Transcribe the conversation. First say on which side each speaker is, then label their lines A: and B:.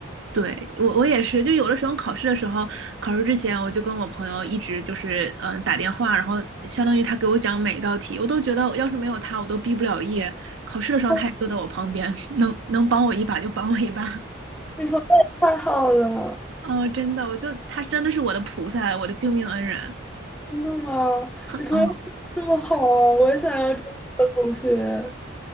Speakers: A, on the right; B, in the centre.
A: 对，我我也是，就有的时候考试的时候，考试之前我就跟我朋友一直就是嗯、呃打电话，然后相当于他给我讲每一道题，我都觉得要是没有他，我都毕不了业。考试的时候他也坐在我旁边，
B: 哦
A: 能能帮我一把就帮我一把。<laughs>
B: 你朋友也太好了，
A: 嗯、真的，我就他真的是我的菩萨，我的救命恩人。
B: 真的吗？你朋友这么好，
A: 嗯。
B: 我也想要这么好的同学。